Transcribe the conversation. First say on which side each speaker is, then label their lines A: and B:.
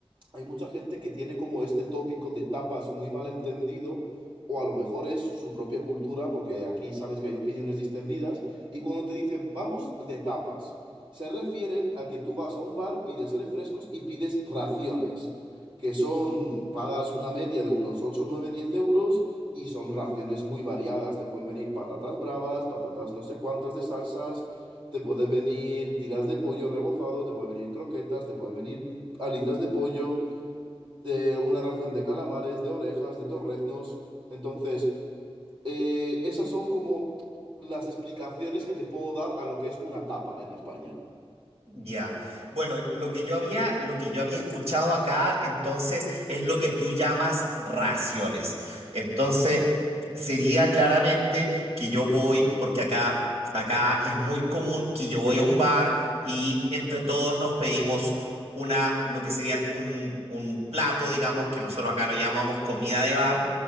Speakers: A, on the right (about 55°); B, on the right (about 85°).
A: hay mucha gente que tiene como este tópico de tapas muy mal entendido, o a lo mejor es su propia cultura, porque aquí sabes que hay opiniones discernidas, y cuando te dicen vamos de tapas, se refieren a que tú vas a un bar, pides refrescos y pides raciones, que son, pagas una media de unos 8 9 10 euros. Y son raciones muy variadas. Te pueden venir patatas bravas, patatas no sé cuántas de salsas, te puede venir tiras de pollo rebozado, te pueden venir croquetas, te pueden venir alitas de pollo, de una ración de calamares, de orejas, de torreznos. Entonces, eh, esas son como las explicaciones que te puedo dar a lo que es una tapa en España.
B: Ya. Bueno, lo que yo había, lo que yo había escuchado acá, entonces, es lo que tú llamas raciones. Entonces, sería claramente que yo voy, porque acá, acá es muy común que yo voy a un bar y entre todos nos pedimos una, lo que sería un, un plato, digamos, que nosotros acá lo llamamos comida de bar,